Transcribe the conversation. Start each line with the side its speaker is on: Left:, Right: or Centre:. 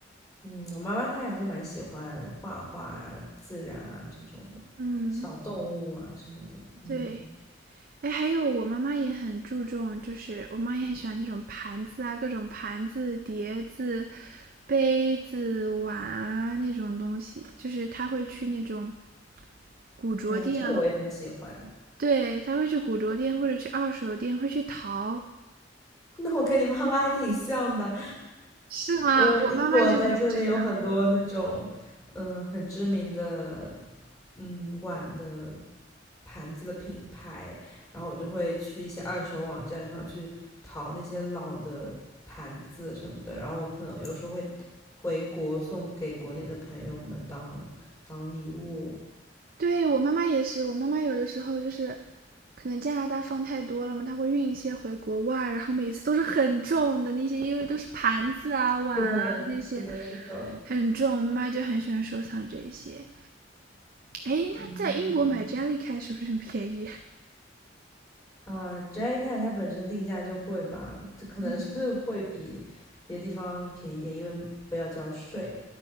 Left: 嗯，我妈妈她还是蛮喜欢画画啊、自然啊这种的，
Right: 嗯。
Left: 小动物啊什么的。嗯，
Right: 对，哎，还有我妈妈也很注重，就是我妈也很喜欢那种盘子啊，各种盘子、碟子、杯子、碗啊那种东西，就是她会去那种古着店啊，
Left: 哎，这个我也很喜欢。
Right: 对，她会去古着店或者去二手店，会去淘，
Left: <laughs> 那我跟你妈妈还挺像的，
Right: 是吗？
Left: 我英国在这里有很多那种，
Right: 我妈妈就是会这样。
Left: 嗯，很知名的，嗯，碗的盘子的品牌，然后我就会去一些二手网站上去淘那些老的盘子什么的，然后可能有时候会回国送给国内的朋友们当当礼物。
Right: 对，我妈妈也是，我妈妈有的时候就是可能加拿大放太多了嘛，她会运一些回国外，然后每次都是很重的那些，因为都是盘子啊、碗啊那些
Left: 对，是的，是的。
Right: 很重，我妈妈就很喜欢收藏这些。诶，那在英国买
Left: 嗯，
Right: Jellycat 是不是很便宜？
Left: 啊，Jacket 它本身定价就贵吧，这可能是会比别的地方便宜点，
Right: 嗯
Left: 因为不要交税。